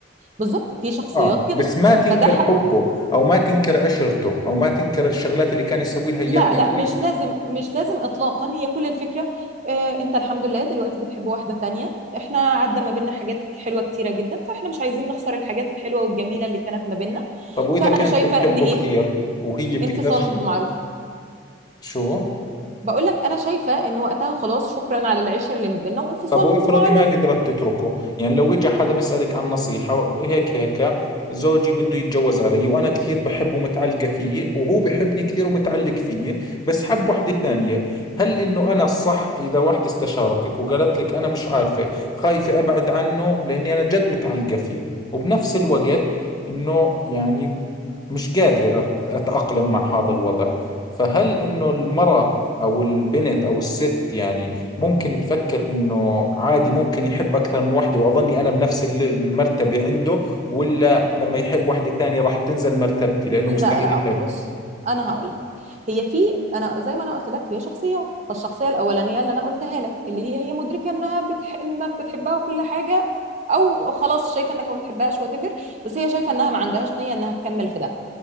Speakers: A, on the right; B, on the left.
A: بالظبط في شخصيات
B: اه
A: كده
B: بس ما تنكر
A: فده حق
B: حبه او ما تنكر عشرته او ما تنكر الشغلات اللي كان يسوي لها اياها
A: لا
B: الكويسة
A: لا مش لازم مش لازم اطلاقا هي كل الفكره آه انت الحمد لله دلوقتي بتحب واحده تانية احنا عدى ما بيننا حاجات حلوه كتيره جدا فاحنا مش عايزين نخسر الحاجات الحلوه والجميله اللي كانت ما بيننا
B: طب واذا
A: فانا
B: كانت
A: شايفه
B: بتحبه
A: ان ايه
B: كثير وهي بتقدرش
A: انفصال بمعروف
B: شو
A: بقول لك انا شايفه ان وقتها خلاص شكرا على العشره اللي ما بيننا وانفصال
B: طب وافرضي
A: بمعروف
B: ما قدرت تتركه يعني لو اجى حدا بيسألك عن نصيحة هيك هيك زوجي بده يتجوز علي وانا كثير بحبه ومتعلقة فيه وهو بحبني كثير ومتعلق فيه بس حب وحدة ثانية هل انه انا الصح اذا وحدة استشارتك وقالت لك انا مش عارفة خايفة ابعد عنه لاني انا جد متعلقة فيه وبنفس الوقت انه يعني مش قادرة أت- اتأقلم مع هذا الوضع فهل انه المرأة او البنت او الست يعني ممكن تفكر انه عادي ممكن يحب اكثر من واحدة واظني انا بنفس ال- المرتبة عنده ولا لما يحب واحدة ثانية راح تنزل مرتبتي لانه
A: لا
B: مستحيل
A: لا
B: يحب
A: بص انا هقول لك هي في انا زي ما انا قلت لك هي شخصيات فالشخصيه الاولانيه اللي انا قلتها لك اللي هي هي مدركه انها بتح... انك بتحبها وكل حاجه او خلاص شايفه انك ما بتحبهاش وات ايفر، بس هي شايفه انها ما عندهاش نيه انها تكمل في ده